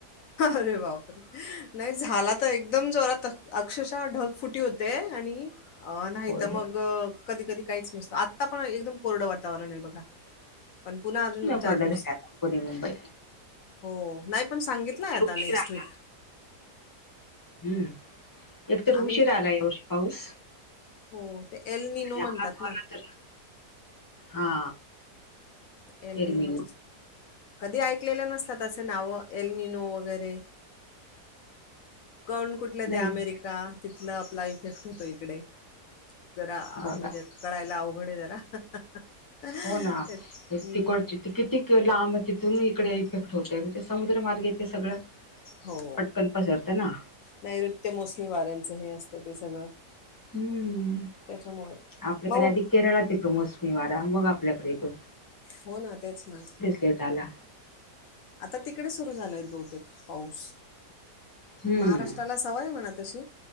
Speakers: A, on the left (about 65°); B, on the left (about 20°).
A: अरे बापरे नाही झाला एकदम जोरात अक्षशः ढग फुटी होते आणि नाही
B: होय
A: तर
B: होय
A: मग कधी कधी काहीच नसतो आत्ता पण एकदम कोरडं वातावरण आहे बघा पण पुन्हा अजून.
B: कोरड
A: दिवस
B: झालं आता पुणे मुंबई
A: हो नाही पण सांगितलंय
B: एकतर
A: आता
B: उशीर
A: नेक्स्ट
B: आला
A: वीक
B: हम्म एकतर उशीर
A: आम्ही
B: आला यावर्षी पाऊस.
A: हो ते एल न नो
B: तर
A: म्हणतात ना.
B: हा
A: एलननोच
B: एरवी
A: कधी ऐकलेलं नसतात असे नाव एलननो. वगैरे कोण कुठले
B: नवीन
A: ते अमेरिका. तिथला आपला इफेक्ट होतो इकडे तर
B: बघा
A: म्हणजे कळायला अवघडे जरा हम्म
B: हो ना एक तिकडची किती लांब तिथून इकडे इफेक्ट होतय म्हणजे समुद्र मार्ग ये तेे सगळं
A: हो.
B: पटकन पसरत ना
A: नैऋत्य मोसमी वाऱ्यांचं हे असतं ते सगळं
B: हम्म
A: त्याच्यामुळे
B: आपल्याकडे
A: मग
B: आधी केरळात येतो मोसमी वारा मग आपल्याकडे येतो
A: फोन हा तेच ना.
B: लेटाला.
A: आता तिकडे सुरू झालंय बहुतेक पाऊस.
B: हम्म
A: महाराष्ट्राला सवय म्हणा तशी.